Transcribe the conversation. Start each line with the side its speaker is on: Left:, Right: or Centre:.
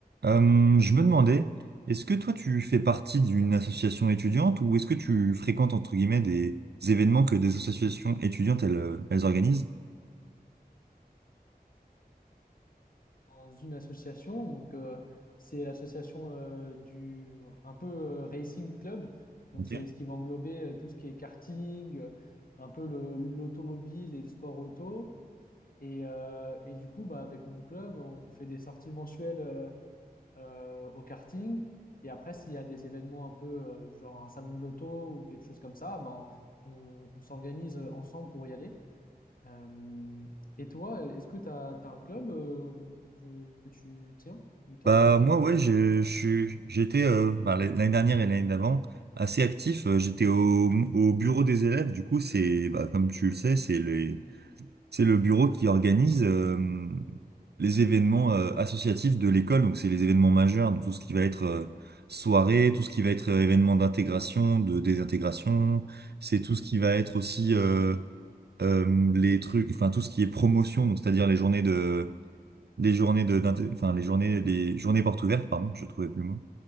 Right: Euh, je me demandais, est-ce que toi tu fais partie d'une association étudiante ou est-ce que tu fréquentes entre guillemets des événements que des associations étudiantes elles, euh, elles organisent?
Left: dans une association. Donc, euh, c'est l'association euh, du un peu euh, Racing Club. Donc,
Right: Ok.
Left: c'est ce qui va englober euh, tout ce qui est karting, euh, un peu le- l'automobile et le sport auto. Et, euh, et du coup, bah, avec mon club, on fait des sorties mensuelles euh, euh, au karting. Et après, s'il y a des événements un peu, euh, genre un salon de l'auto ou quelque chose comme ça, ben, on, on s'organise euh, ensemble pour y aller. Euh, et toi, est-ce que tu as, un club euh, que, que tu tiens ou t'as
Right: Bah
Left: rejoint?
Right: moi ouais, je, je suis- j'étais euh, bah, l'année dernière et l'année d'avant assez actif. Euh, J'étais au, au bureau des élèves. Du coup c'est bah, comme tu le sais, c'est les C'est le bureau qui organise euh, les événements euh, associatifs de l'école, donc c'est les événements majeurs, donc tout ce qui va être euh, soirée, tout ce qui va être euh, événement d'intégration, de désintégration, c'est
Left: Mhm,
Right: tout ce qui va être aussi euh, euh, les trucs, enfin tout ce qui est promotion, donc c'est-à-dire les journées de, les journées de, d'inté- enfin les journées, les journées portes ouvertes, pardon, je trouvais plus le mot.